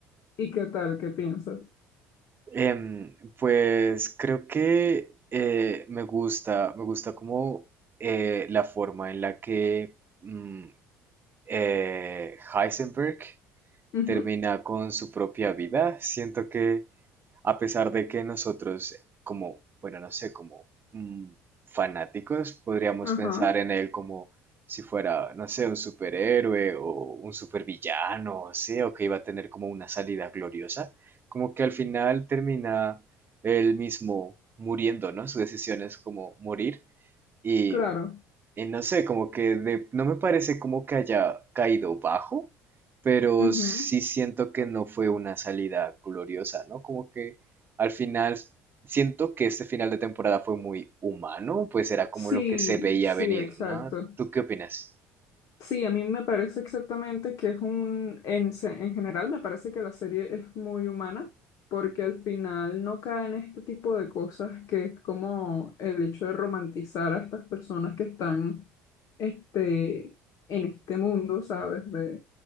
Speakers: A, on the left; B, on the right.
A: ¿Y qué tal? ¿Qué piensas?
B: Em, pues creo que eh, me gusta, me gusta como eh, la forma en la que mm, eh, Heisenberg
A: Ujú.
B: termina con su propia vida. Siento que A pesar de que nosotros, como, bueno, no sé, como mm, fanáticos, podríamos
A: Ajá.
B: pensar en él como si fuera, no sé, un superhéroe o un supervillano, sí, o que iba a tener como una salida gloriosa, como que al final termina él mismo muriendo, ¿no? Su decisión es como morir y
A: Claro.
B: y no sé, como que de- no me parece como que haya caído bajo, pero
A: Ujú.
B: sí siento que no fue una salida gloriosa, ¿no? Como que al final siento que este final de temporada fue muy humano, pues era como
A: Sí,
B: lo que se veía
A: sí,
B: venir,
A: exacto.
B: ¿no? ¿Tú qué opinas?
A: Sí, a mí me parece exactamente que es un, en, se- en general me parece que la serie es muy humana, porque al final no cae en este tipo de cosas que es como el hecho de romantizar a estas personas que están este, en este mundo, ¿sabes? De,